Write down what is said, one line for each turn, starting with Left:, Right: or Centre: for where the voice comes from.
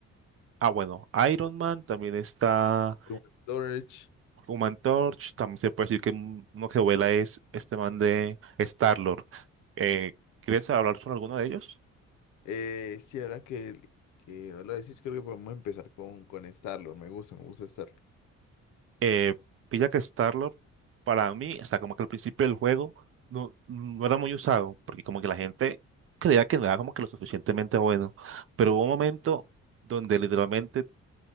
Right: ah bueno, Iron Man, también está
Left: Hubo Storage,
Right: Human Torch, también se puede decir que un- uno que vuela es este man de Star-Lord. Eh, ¿quieres hablar sobre alguno de ellos?
Left: Eh, sí, ahora que, que lo decís, creo que podemos empezar con, con Starlord. Me gusta, me gusta Starlord.
Right: eh, pilla que Starlord, para mí, o sea, como que al principio del juego no, no era muy usado, porque como que la gente creía que no era como que lo suficientemente bueno, pero hubo un momento donde literalmente,